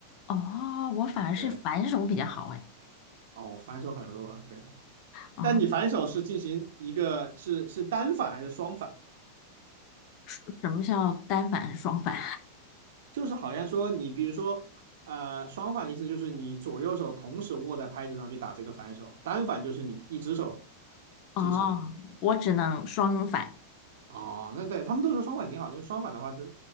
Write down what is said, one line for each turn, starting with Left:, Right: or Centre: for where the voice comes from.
Left: 哦，我反而是反手比较好哎。
Right: 对，哦，我反手很弱，对。
Left: 啊，
Right: 但你反手是进行一个是是单反还是双反？
Left: 什什么叫单反、双反？
Right: 就是好像说你比如说，呃，双反的意思就是你左右手同时握在拍子上去打这个反手，单反就是你一只手
Left: <laughs> 哦，
Right: 进行。
Left: 我只能双反。
Right: 哦，那对他们都说双反挺好，因为双反的话，这